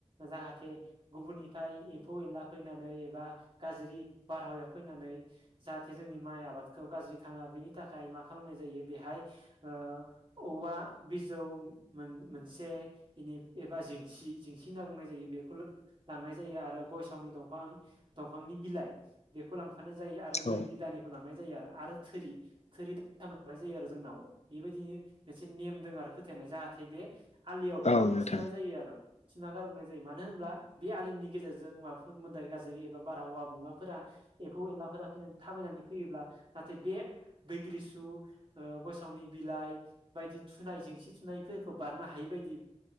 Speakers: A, on the right; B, on the left.
A: जा हाथे गुबुननिफाय एफौ-एनला फैनानै एबा गाज्रि बारहावाया फैनानै। जाहाथे जोंनि माइ आबादखौ गाज्रि खालामा बेनि थाखाय मा खालामनाय जायो बेहाय ओ औवा बिजौ मोन-मोनसे इनि एबा जेंसि जेंसि होनना बुंनाय जायो। बेखौ लों-लांनाय जायो आरो गयसावनि दफां-दंफांनि बिलाइ बेखौ लांफानाय जा जायो आरो बैग्रि
B: औ
A: दानिखौ लांनाय जायो आरो। आरो थोरि-थोरि थाम लांनाय जायो आरो जोंनाव बेबायदिनो मोनसे नेम दोङो आरो फोथायनाय जाहा थे बे आलियाव बेखौ
B: औ नोंथां
A: थुनाय जायो आरो। थुना गारबोनाय जायो मानो होनब्ला बे आलिनि गेजेरजों माबाफोर मोदाय गाज्रि एबा बारहावा गुमाफोरा। एफौ-एनला फोरा फैनानै थाबायनानै फैयोब्ला नाथाय बे दैग्रि सु ओ गयसावनि बिलाइ। बायदि थुनाय जेंसि थुनायफोरखौ बारनो हायि बायदि।